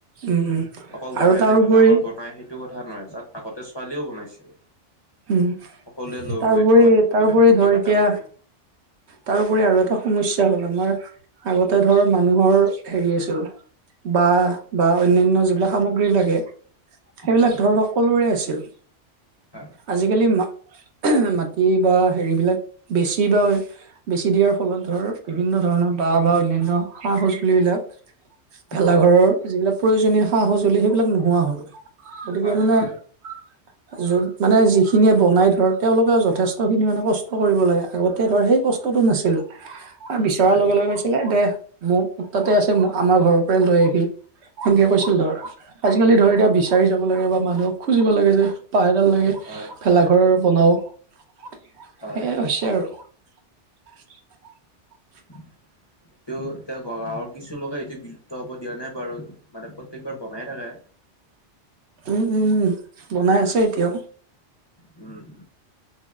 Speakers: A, on the right; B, on the left.
A: উম উম
B: অকল লৰাই
A: আৰু তাৰোপৰি
B: যে ভেলাঘৰ বনাই সেই এইটো কথা নহয় চাক আগতে ছোৱালীও বনাইছিল।
A: উম
B: সকলোৱে লগ
A: তাৰোপৰি
B: হৈ গাঁৱত একেলগে
A: তাৰোপৰি
B: ফূৰ্তি
A: ধৰ
B: ফাৰ্তা
A: এতিয়া
B: কৰি
A: তাৰোপৰি আৰু এটা সমস্যা হ'ল আমাৰ আগতে ধৰ মানুহৰ হেৰি হৈছিল। বাঁহ বাঁহ অন্যান্য যিবিলাক সামগ্ৰী লাগে সেইবিলাক
B: হয়
A: ধৰ সকলোৰে আছিল।
B: হয়।
A: আজিকালি মা মাটি বা হেৰিবিলাক বেছি বা- বেছি দিয়াৰ ফলত ধৰ বিভিন্ন ধৰণৰ বাঁহ বা অনন্য সা সজুলিবিলাক- ভেলা
B: হয়
A: ঘৰৰ যিবিলাক প্ৰয়োজনীয় সা সঁজুলি সেইবিলাক নোহোৱা হল। গতিকে
B: হয়
A: মানে-
B: হয়
A: <unintelligible> যদ- মানে যিখিনিয়ে বনাই ধৰ তেওঁলোকেও যথেষ্টখিনি মানে কষ্ট কৰিব লাগে। আগতে ধৰ সেই কষ্টটো নাছিল। বিচৰাৰ
B: হয়
A: লগে লগে হৈছিলে দে মোক তাতে আছে আমাৰ ঘৰৰ পৰাই লৈ আহবি। হেনকে কৈছিল ধৰ। আজিকালি ধৰ এতিয়া বিচাৰি যাব লাগে বা মানুহক খুজিব লাগে যে বাঁহ এডাল লাগে।
B: হয় হয় হয়
A: ভেলাঘৰৰ বনাওঁ, সেয়াই
B: হয়
A: হৈছে আৰু। <inaudible>
B: <inaudible> তেওঁ এ গাঁৱৰ কিছু লোকে এটো বিলুপ্ত হব দিয়া নাই বাৰু মানে প্ৰত্যেক বাৰ বনাই থাকে।
A: উম উম বনাই আছে এতিয়াও।
B: উম।